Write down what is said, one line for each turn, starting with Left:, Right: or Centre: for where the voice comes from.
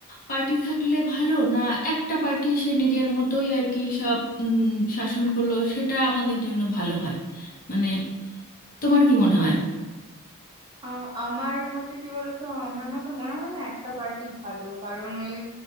Left: পার্টি থাকলে ভালো না একটা পার্টি সে নিজের মতোই আর কি সব উম, শাসন করলো সেটা আমাদের জন্য ভালো হয় মানে তোমার কি মনে হয়
Right: আ- আমার মতে কি বলতো আমার মতে মনে হয় না একটা পার্টি ভালো কারণ ওই